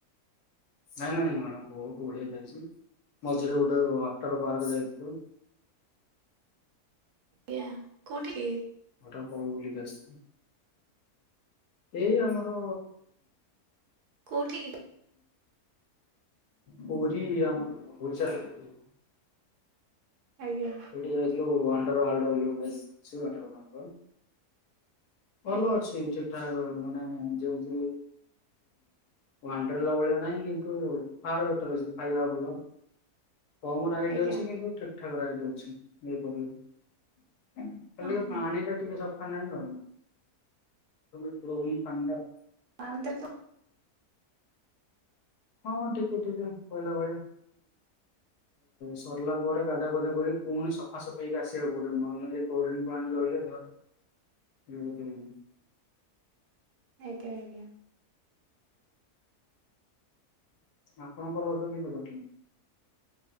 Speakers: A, on the left; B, on the right.
A: ନାଇଁ ନାଇଁ ମ୍ୟାଡାମ ବହୁତ ବଡିିଆ ଯାଇଛି ମଝିରେ ଗୋଟେ ଅଟର ପାର୍କ ଯାଇଥିଲୁ
B: ଆଜ୍ଞା କୋଉଠିକି
A: ହଟା ବ ଗୁଲିିକସି ଏଇ ଆମର
B: କୋଉଠିକି?
A: ହ ପରି ଆମଚାର <unintelligible>
B: ଆଜ୍ଞା
A: ପୁରୀ ଯାଇଥିଲୁ ଅଣ୍ଡରୱର୍ଲ୍ଡ ବୋଲି <unintelligible> ଭଲ
B: ଆଜ୍ଞା
A: ଅଛି ଠିକ ଠାକ ମାନେ ଯେମିତି ୱଣ୍ଡର୍ ହେଲା ଭଳିଆ ନାହିଁ କିନ୍ତୁ <unintelligible> ଟର ଅଛି ଖାଇବା ଭଲ
B: <inaudible>
A: କମ ର ଆଇଡି
B: ଆଜ୍ଞା
A: ଅଛି କିନ୍ତୁ ଠିକ୍ ଠାକ୍ ର ଆଇଡି ଅଛି ନେଇପାରିବ କାଲି
B: ହଁ
A: ଟିକେ
B: ହଁ
A: ପାଣି ଟା ଟିକେ ସଫା ନାହିଁ ତବ <unintelligible> ପାଣ୍ଡା
B: ଆଁ ଏମିତିରେ ତ
A: ହଁ ଠିକେ ଟିକେ କହିଲା ଭଳିଆ ସରିଲା ପରେ ଗାଧା ଗୁଧା କରି ପୁଣି ସଫା ସଫେଇକି ଆସିବାକୁ ପଡିବ ନହେଲେ ଏ ଗୋରିଣୀ ପାଣି ରହିଲେ ଧ
B: <inaudible>
A: ଏଁ କେ <unintelligible>
B: ଆଜ୍ଞା ଆଜ୍ଞା
A: ଆପଣଙ୍କର ରୋଜ କେବେ କରିଛନ୍ତି